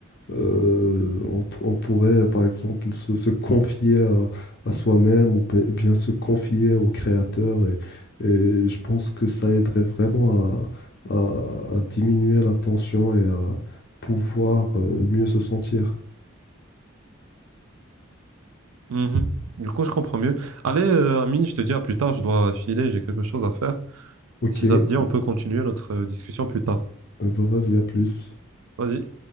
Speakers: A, on the left; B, on the right.
A: euh, on, tr- on pourrait, par exemple, se, se confier à, à soi-même ou bi- bien se confier au créateur. Et, et je pense que ça aiderait vraiment à, à- à diminuer la tension et à pouvoir euh, mieux se sentir.
B: Mhm. Du coup, je comprends mieux. Allez, euh, Amine, je te dis à plus tard, je dois filer, j'ai quelque chose à faire.
A: Ok,
B: Si
A: euh,
B: ça te dit, on peut continuer notre euh, discussion plus tard.
A: bah vas-y, à plus.
B: Vas-y.